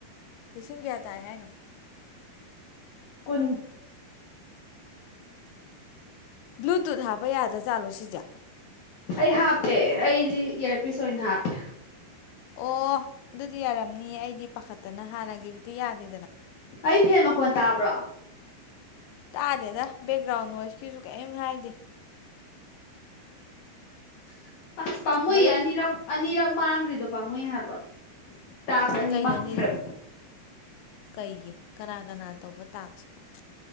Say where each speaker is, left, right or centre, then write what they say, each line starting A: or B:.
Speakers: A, on the left; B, on the left.
A: ꯂꯤꯁꯤꯡ ꯀꯌꯥ ꯇꯥꯏ ꯍꯥꯏꯅꫭ
B: ꯀꯟ
A: ꯕ꯭ꯂꯨꯇꯨꯠ ꯍꯥꯞꯄ ꯌꯥꯗꯥ ꯖꯥꯠꯂꯣ ꯁꯤꯁꯦ
B: ꯑꯩ ꯍꯥꯞꯄꯦ ꯑꯩꯗꯤ ꯏꯌꯥꯔꯄꯤꯁ ꯑꯣꯏꯅ ꯍꯥꯞꯄꯦ
A: ꯑꯣ ꯑꯗꯨꯗꯤ ꯌꯥꯔꯝꯅꯤ ꯑꯩꯗꯤ ꯄꯥꯈꯠꯇꯅ ꯍꯥꯟꯅꯒꯤꯗꯨꯗꯤ ꯌꯥꯗꯦ
B: ꯑꯩ ꯐꯦꯟ ꯃꯈꯣꯟ ꯇꯥꯕ꯭ꯔꯣ
A: ꯇꯥꯗꯦꯗ ꯕꯦꯛꯒ꯭ꯔꯥꯎꯟ ꯅꯣꯏꯁꯀꯤꯁꯨ ꯀꯔꯤꯝ ꯍꯥꯏꯗꯦ
B: <inaudible> ꯑꯁ ꯄꯥꯃꯨꯏꯌꯦ
A: ꯃꯔꯨꯞ
B: ꯑꯅꯤꯔꯛ ꯑꯅꯤꯔꯛ ꯃꯥꯥꯡꯒꯔꯤꯗ ꯄꯥꯃꯨꯏ ꯍꯥꯏꯕ ꯇꯥꯛꯁ ꯑꯅꯤ
A: ꯀꯩꯅꯣꯅꯤꯔꯛ
B: ꯃꯥꯡꯈ꯭ꯔꯦꯕ
A: ꯀꯩꯒꯤ ꯀꯅꯥ ꯀꯅꯥ ꯇꯧꯕ ꯇꯥꯛꯁꯅꯣ